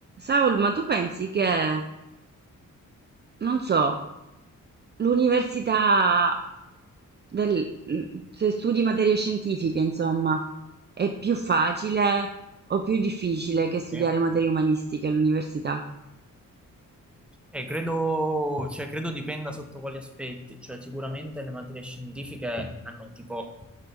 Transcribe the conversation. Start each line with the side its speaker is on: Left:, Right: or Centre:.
Right: Saul, ma tu pensi che, non so, l'università del, se studi materie scientifiche, insomma, è più facile o più difficile che studiare
Centre: Sì.
Right: materie umanistiche all'università?
Centre: Eh, credo, cioè, credo dipenda sotto quali aspetti, cioè sicuramente le materie scientifiche hanno tipo,